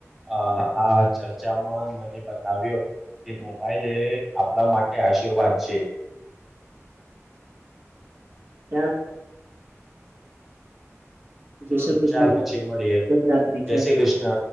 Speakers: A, in the centre; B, on the right (about 45°).
A: અહ આ ચર્ચામાં મને બતાવ્યો કે મોબાઈલ એ આપડા માટે આશીર્વાદ છે.
B: હ <unintelligible> જય
A: હમ
B: શ્રી કૃષ્ણ!
A: ચાલ પછી મળીએ
B: શુભયાત્રી,
A: જય
B: ચલ
A: શ્રી કૃષ્ણ